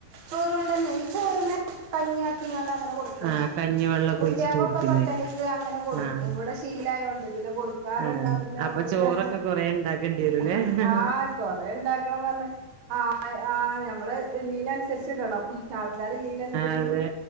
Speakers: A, on the right; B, on the right.
A: ചോറ്ുക കൊണ്ടന്നെ ഈ ചോറിനെ പനിയാക്കിണ്ട അ
B: ആഹ് കഞ്ഞി വെള്ളൊക്കെ ഒഴിച്ചിട്ട് കുടിക്കുന്നേ ആഹ് ആഹ് അപ്പൊ ചോറൊക്കെ കൊറേ ഇണ്ടാക്കേണ്ടി വരൂലേ ആഹ്
A: ആ നഞമ്മള് ലീല തീർച്ചീട്ടടോ ആൾക്കാർീനനുസരിച്ച്
B: അതെ